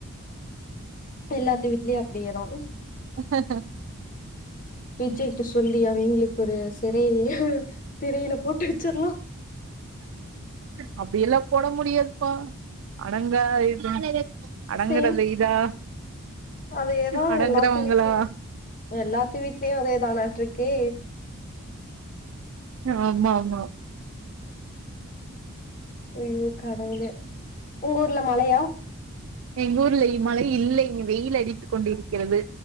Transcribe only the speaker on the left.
எல்லாத்து வீட்லயும் அப்படியேதா
விஜய்ட்ட சொல்லி அவ எங்களுக்கு ஒரு சிறை சிறையில போட்டு வச்சர்லா
சேம்
அதேதா
எல்லாத்து வீட்லயும் எல்லாத்து வீடலயும் அதேதானாட்டுருக்கே
அய்யோ கடவுளே உங்க ஊர்ல மழையா